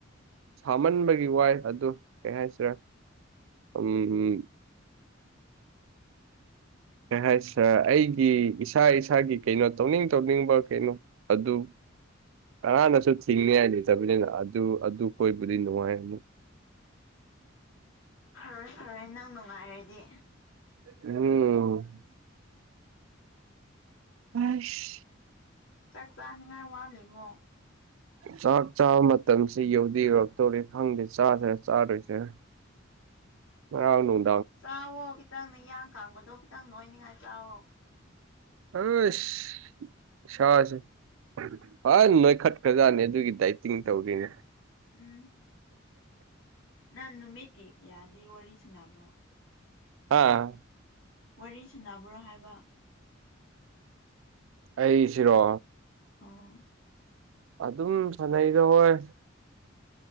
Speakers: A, on the right; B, on the left.
A: ꯁꯥꯃꯟꯕꯒꯤ ꯋꯥꯏ ꯑꯗꯨ ꯀꯩ ꯍꯥꯏꯁꯤꯔꯥ ꯎꯝ ꯀꯩ ꯍꯥꯏ ꯁꯥꯔ ꯑꯩꯒꯤ ꯏꯁꯥ ꯏꯁꯥꯒꯤ ꯀꯩꯅꯣ ꯇꯧꯅꯤꯡ ꯇꯧꯅꯤꯡꯕ ꯀꯩꯅꯣ ꯑꯗꯨ ꯀꯅꯥꯅꯁꯨ ꯊꯤꯡꯅꯤ ꯉꯥꯏ ꯂꯩꯇꯕꯅꯤꯅ ꯑꯗꯨ ꯑꯗꯨ ꯈꫭꯏꯕꯨꯗꯤ ꯅꯨꯡꯉꯥꯏ ꯑꯃꯨꯛ <inaudible>
B: ꯐꯔꯦ ꯐꯔꯦ ꯅꯪ ꯅꯨꯡꯉꯥꯏꯔꯗꯤ
A: ꯎꯝ ꯑꯁ
B: ꯆꯥꯛ ꯆꯥꯅꯤꯉꯥꯏ ꯋꯥꯠꯂꯤꯕꯣ
A: ꯆꯥꯛ ꯆꯥꯕ ꯃꯇꯝꯁꯤ ꯌꯧꯗꯤ ꯌꯧꯔꯛꯇꯧꯔꯦ ꯈꯪꯗꯦ ꯆꯥꯁꯔꯥ ꯆꯥꯔꯣꯏꯁꯤꯔꯥ ꯉꯔꯥꯡ ꯅꯨꯡ
B: ꯆꯥꯛꯋꯣ ꯈꯤꯇꯪ ꯅꯌꯥꯡ ꯀꯥꯡꯕꯗꯣ ꯈꯤꯇꯪ ꯅꯣꯏꯅꯤꯉꯥꯏ ꯆꯥꯛꯋꯣ
A: ꯑꯥꯏꯁ ꯏꯁꯥꯒꯤ ꯐꯖꯅ ꯅꯣꯏꯈꯠꯈ꯭ꯔꯖꯥꯠꯅꯦ ꯑꯗꯨꯒꯤ ꯗꯥꯏꯇꯤꯡ ꯇꯧꯈꯤꯅꯦ
B: ꯎꯝ ꯅꯪ ꯅꯨꯃꯤꯠ ꯀꯤ ꯀꯌꯥꯗꯤ ꯋꯥꯔꯤ ꯁꯅꯥꯕ꯭ꯔꯣ
A: ꯑꯥ
B: ꯋꯥꯔꯤ ꯁꯥꯟꯅꯕ꯭ꯔꯣ ꯍꯥꯏꯕ
A: ꯑꯩꯁꯤꯔꯣ
B: ꯑꯣ
A: ꯑꯗꯨꯝ ꯁꯥꯟꯅꯩꯗ ꯍꯣꯏ